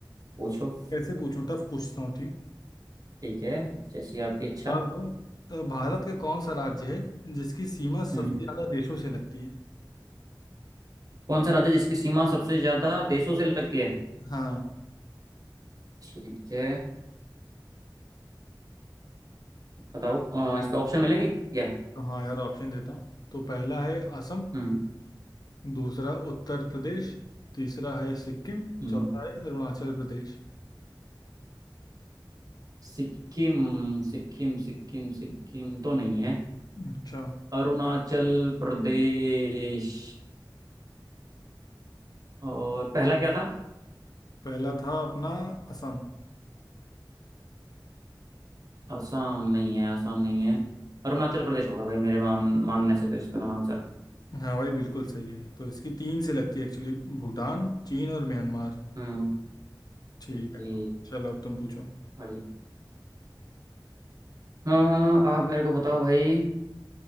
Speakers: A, on the right; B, on the left.
A: पूछो
B: कैसे पूछूं टफ पूछता हूँ ठीक
A: ठीक है जैसी आपकी इच्छा
B: हाँ तो, अ, भारत का कौन सा राज्य है जिसकी सीमा
A: हम्म
B: सबसे ज़्यादा देशों से लगती है
A: कौन सा राज्य जिसकी सीमा सबसे ज्यादा देशों से लगती है
B: हाँ
A: ठीक है बताओ अ, इसके ऑप्शन मिलेंगे क्या
B: तो हाँ यार ऑप्शन देता हूँ तो पहला है असम
A: हम्म
B: दूसरा उत्तर प्रदेश तीसरा है सिक्किम
A: हम्म
B: चौथा है अरुणाचल प्रदेश
A: सिक्किम सिक्किम सिक्किम सिक्किम तो नहीं है
B: अच्छा
A: अरुणाचल प्रदेश और पहला क्या था
B: पहला था अपना असम
A: असम नहीं है असम नहीं है अरुणाचल प्रदेश होगा भाई मेरे मान मानने से तो इसका आंसर
B: हाँ भाई बिल्कुल सही है तो इसकी तीन से लगती है एक्चुअली भूटान चीन और म्यांमार
A: हम्म
B: ठीक
A: ओके
B: है चलो अब तुम पूछो
A: बढ़िया हाँ हाँ, हाँ, आप मेरे को बताओ भाई